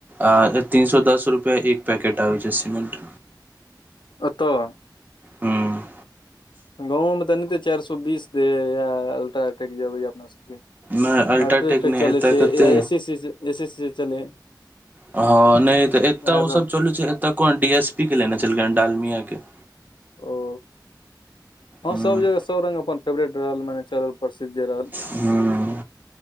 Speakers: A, on the right; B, on the left.
A: आ तीन सए दस रुपआ एक पैकेट आबय छै सिमेंट
B: ओतऽ
A: हूँ
B: गाँव मे तन ते चारि सए बीस दे ह अल्ट्राटेक जेबै अपना सबके
A: नहि अल्ट्राटेक
B: अल्ट्रेटेक
A: नहि
B: चलै
A: एतय
B: छै
A: कते
B: या एसी सी एसी सी चलै
A: हँ नहि तऽ
B: इएह
A: एतय ओसभ
B: सब
A: चलू छै एतऽ कोन डी एस पी के लेने छलकै हन डालमिया के
B: ओ हँ
A: हूँ
B: सभ जगह सभ रङ्ग अपन फेवरेट रहल मने चलल प्रसिद्ध जे रहल
A: हूँ